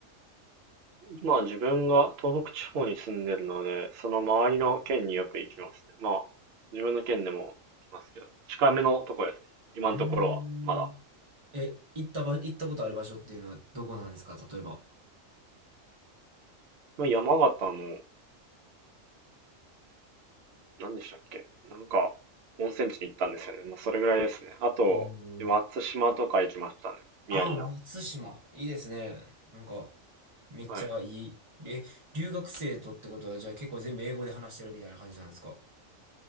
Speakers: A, on the right; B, on the right.
A: まあ自分が東北地方に住んでるので、その周りの県によく行きますね。まあ自分の県でも行きますけど、近めのところですね。今のところはまだ。
B: うーん。え、行ったば、行ったことある場所っていうのはどこなんですか例えば。
A: まあ山形の、何でしたっけなんか温泉地に行ったんですよね。まあそれぐらいですね。あと、
B: お
A: 松島とか行きましたね。
B: ー。
A: 宮城の。
B: ああ、松島。いいですね。なんか、めっちゃいい。
A: はい。
B: え、留学生とってことは、じゃあ結構全部英語で話してるみたいな感じなんですか